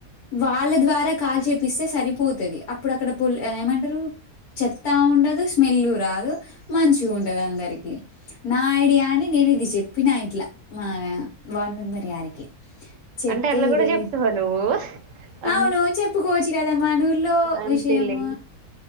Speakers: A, on the left; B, on the right.
A: వాళ్ళ ద్వారా కాల్ చేపిస్తే సరిపోతుది అప్పుడు అక్కడ పల్ ఏమంటారు చెత్తా ఉండదు స్మెల్ రాదు మంచి గ ఉంటది అందరి టీకి నా ఐడియా అని నేను ఇది చెప్పినా ఇట్లా మాగా వన్ మెంబరే ఆడికి చెప్తే
B: అంటే అట్లా
A: ఇది
B: కూడా చెప్తావా నువ్వు అన్
A: అవును చెప్పుకోవచ్చు గదా మనూళ్లో
B: అంతేలే
A: విషయము